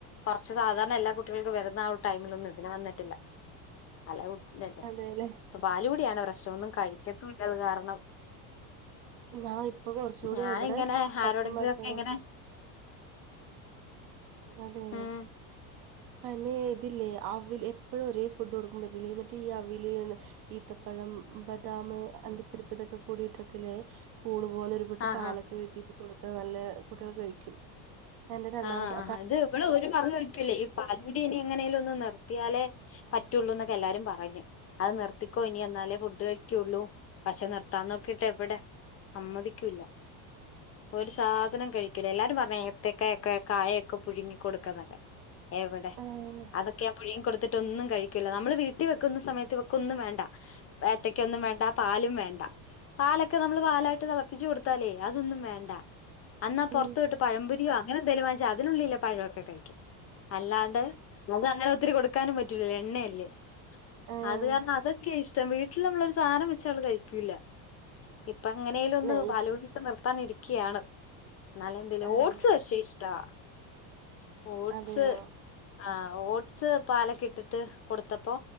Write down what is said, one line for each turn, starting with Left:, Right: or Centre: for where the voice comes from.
Left: കുറച്ച് സാധാരണ എല്ലാ കുട്ടികൾക്കും വര ടൈമിലൊന്നും ഇതിന്വന്നിട്ടില്ല അല്ല ഇല്ലല്ലേ
Right: അതെല്ലെ
Left: ഇപ്പൊ പാലു കുടിയാണ് പ്രശനം ഒന്നും കഴിക്കത്തുല്ലത് കാരണം.
Right: ഞാൻ ഇപ്പൊ കൊറച്ചുകൂടി
Left: ഞാനിങ്ങനെ
Right: ഇവിടെ
Left: ആരോടെങ്കിലൊക്കെ
Right: പത്ത് മാസം ആവുമ്പോ
Left: ഇങ്ങനെ
Right: അതെ
Left: ഉം
Right: അന്നെ ഇതില്ലേ അവൽ എപ്പോഴും ഒരേ ഫുഡ് കൊടുക്കാൻ പറ്റില്ലേ മറ്റേ ഈ അവൽ ഈത്തപ്പ ഴം ബദാമ് അണ്ടിപ്പരിപ്പ് ഇതൊക്കെ കൂടി ഇട്ടിട്ടില്ലേ <unintelligible> പോലെ ഒരു <unintelligible>
Left: ആഹ്
Right: പാലൊക്കെ <unintelligible> കൊടുത്താ നല്ല കുട്ടികൾ കഴിക്കും എന്റെ രണ്ടാമത്തെ
Left: ആഹ് അത് ഇവള് ഒരു വക കഴിക്കൂല്ലേ ഈ പാല്കൂടി ഇനി എങ്ങനേലും ഒന്ന് നിർത്തിയാലേ പറ്റുള്ളൂന്നൊക്കെ പ്പെല്ലാരും പറഞ്ഞു അത് നിറ് നിർത്തിക്കോ ഇനി എന്നാലേ ഫുഡ് കഴിക്കുള്ളൂ പക്ഷെ നിർത്താൻ നോക്കിട്ടേവിടെ സമ്മതിക്കൂല്ല. ഒരു സാധനം കഴിക്കുല്ല എല്ലാരും പറഞ്ഞു ഏത്തക്കാ ക്കെ ക്കെ കായൊക്കെ പുഴുങ്ങി കൊടുക്കാന്നത്ര എവിടെ?
Right: ആഹ്
Left: അതൊക്കെ ആ പുഴുങ്ങി കൊടുത്തിട്ട് ത്തെ ഒന്നും കഴിക്കില്ല നമ്മള് വീട്ടിവെക്കുന്ന സമയത്ത് ഇവക്കൊന്നും വേണ്ട. ഏത്തയ്ക്കയൊന്നും വേണ്ട. പാലും വേണ്ട. പാലൊക്കെ നമ്മള് പാലായിട്ട് തെളപ്പിച്ച് കൊടുത്താലേ അതൊന്നും വേണ്ട. എന്നാ പൊറത്ത്
Right: ഉം
Left: പോയിട്ട് പഴംപൊരിയോ അങ്ങനെ എന്തേലും വാങ്ങിച്ചാ അതിനുള്ളിലെ പഴൊക്കെ കഴിക്കും. അല്ലാണ്ട് മ്മക്ക് അങ്ങനെ ഒത്തിരി കൊടുക്കാനും പറ്റൂലല്ലൊ എണ്ണയല്ലേ.
Right: ആഹ്
Left: അത് കാരണം അതൊക്കെയാ ഇഷ്ടം വീട്ടിൽ നമ്മളൊരു സാധനം വെച്ചാല് അവള് കഴിക്കൂലാ. ഇപ്പൊ എങ്ങനേലും ഒന്ന്
Right: നെയ്
Left: പാലുകുടി ഇപ്പൊ നിർത്താനിരി ക്കയാണ്. എന്നാലും എന്തേലും
Right: ആഹ്
Left: ഓട്സ് പക്ഷേ ഇഷ്ടവാ ഓട്സ്
Right: അതെയോ
Left: ആ ഓട്സ് പാലൊക്കെ ഇട്ടിട്ട് കൊടുത്തപ്പോ